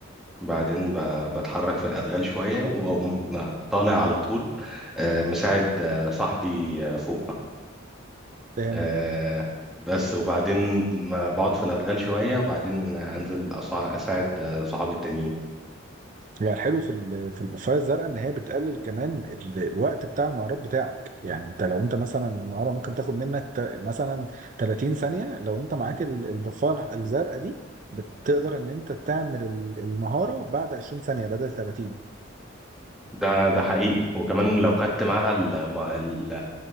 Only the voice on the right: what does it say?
فاهم
يعني الحلو في ال- في البوفايه الزرقاء ان هي بتقلل كمان ال- الوقت بتاع النهارات بتاعك يعني انت لو انت مثلا النهارده ممكن تاخد منك تا- مثلا 30 ثانيه لو انت معاك ال- البوفايه الزرقاء دي بتقدر ان انت تعمل ال- المهاره بعد 20 ثانيه بدل 30